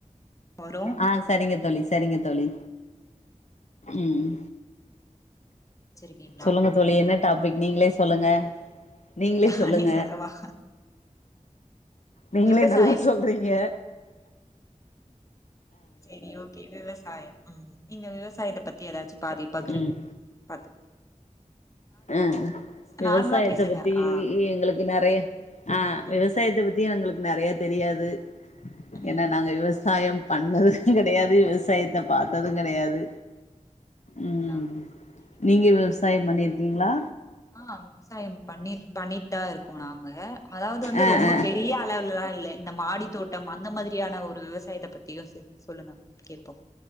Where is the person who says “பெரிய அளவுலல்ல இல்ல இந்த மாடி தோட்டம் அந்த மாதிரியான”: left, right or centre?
Left